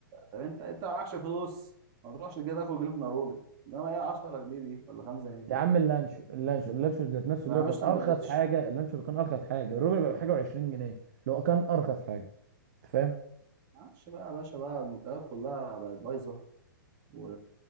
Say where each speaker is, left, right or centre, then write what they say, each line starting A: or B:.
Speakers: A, on the right; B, on the right.
A: طب انت انت معكش فلوس ما تروحش كده تاكل جبنه رومي انما ايه 10 جنيه دي ولا 5 جنيه
B: يا
A: دي
B: عم اللانشو اللانشو اللانشو ذات نفسه
A: ما
B: اللي
A: يعملوش
B: هو كان
A: سندوتش
B: ارخص حاجه اللانشو اللي كان ارخص حاجه الربع بقى بحاجه و20 جنيه اللي هو كان ارخص حاجه انت فاهم
A: معلش بقى يا باشا بقى المنتجات كلها بقت بايظه و-